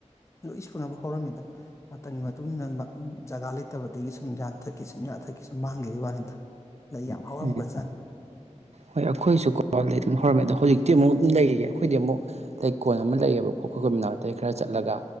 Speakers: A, on the left; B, on the right.
A: ꯂꯣꯏ ꯁꯨꯅꯕ ꯍꯧꯔꯝꯃꯤꯗ꯫ ꯃꯇꯝꯒꯤ ꯃꯇꯨꯡ ꯏꯟꯅ ꯃ-ꯖꯒꯥ ꯂꯩꯇꯕꯗꯒꯤ ꯁꯨꯝ ꯌꯥꯟꯊꯠꯀꯤ ꯁꯨꯝ ꯌꯥꯟꯊꯠꯀꯤ ꯁꯨꯝ ꯃꯥꯡꯈꯤꯕꯒꯤ ꯋꯥꯅꯤꯗ꯫ ꯂꯩ ꯌꯥꯝ ꯍꯧꯔꯝꯈ꯭ꯔꯖꯥꯠꯅꯤ
B: ꯎꯝ ꯍꯣꯏ ꯑꯈꯣꯏꯁꯨ ꯀꯣꯄꯥꯂꯦꯠ ꯑꯗꯨꯝ ꯍꯧꯔꯝꯃꯦ ꯑꯗꯣ ꯍꯧꯖꯤꯛ ꯇꯤ ꯑꯃꯨꯛ ꯑꯗꯨꯝ ꯂꯩꯌꯦꯌꯦ ꯑꯈꯣꯏꯗꯤ ꯑꯃꯨꯛ ꯂꯩꯀꯣꯟ ꯑꯃ ꯂꯩꯌꯦꯕ ꯈꯣꯠ ꯈꯨ ꯃꯅꯥꯇꯩ ꯈꯔ ꯆꯠꯂꯒ